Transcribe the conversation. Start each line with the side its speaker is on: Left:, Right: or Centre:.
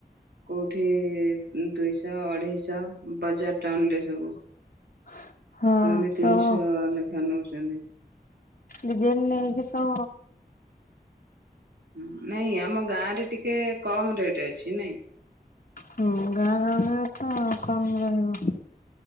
Right: କୋଉଠି ଦୁଇଶହ ଅଢେଇଶହ ବଜାର ଟାଉନ ରେ ସବୁ
Left: <inaudible> ହଁ
Right: ସେମାନେ ତିନିଶହ
Left: ସବୁ
Right: ଲେଖା ନଉଛନ୍ତି।
Left: ଡିଜାଇନ ନେଇକି ତ।
Right: ହଁ ନାଇଁ ଆମ ଗାଁ ରେ ଟିକେ କମ ରେଟ ଅଛି। ନାଇଁ?
Left: ହୁଁ ଗାଁ ଗାଁ ମନେତ କମ ରହିବ।